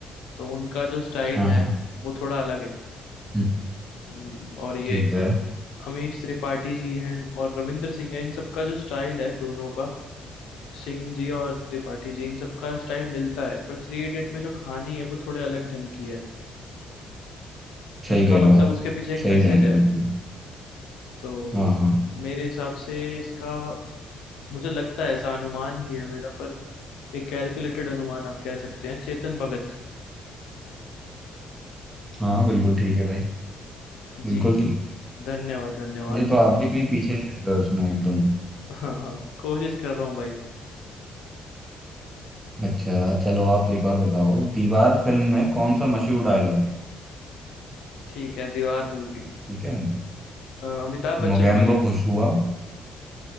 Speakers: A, on the left; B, on the right.
A: तो उनका जो स्टाइल
B: हाँ
A: है
B: हाँ
A: वो थोड़ा अलग है
B: हम्म,
A: हम्म, और ये
B: ठीक है
A: अमीश त्रिपाठी जी हैं और रविंद्र सिंह है इन सबका जो स्टाइल है दोनों का सिंह जी और त्रिपाठी जी इन सबका स्टाइल मिलता है पर थ्री इडियट में जो कहानी है वो थोड़े अलग ढंग की है
B: सही
A: उसका
B: कह
A: मतलब
B: रहे हो आप
A: उसके पीछे एक
B: सही
A: मैसेज
B: जा रहे
A: है
B: हो बिल्कुल
A: तो
B: हाँ हाँ
A: मेरे हिसाब से इसका मुझे लगता है ऐसा अनुमान ही है मेरा पर एक कैलकुलेटेड अनुमान आप कह सकते हैं चेतन भगत
B: हाँ बिल्कुल ठीक है भाई बिल्कुल
A: जी जी
B: ठीक
A: धन्यवाद धन्यवाद
B: ये तो आप भी कहीं पीछे नहीं हट रहे हो उसमें एकदम
A: हाँ हाँ कोशिश कर रहा हूँ भाई
B: अच्छा चलो आप एक और बताओ दीवार फिल्म में कौन सा मशहूर डायलॉग है
A: ठीक है दीवार मूवी
B: ठीक है
A: अमिताभ बच्चन
B: मोगैम्बो
A: वाली
B: खुश हुआ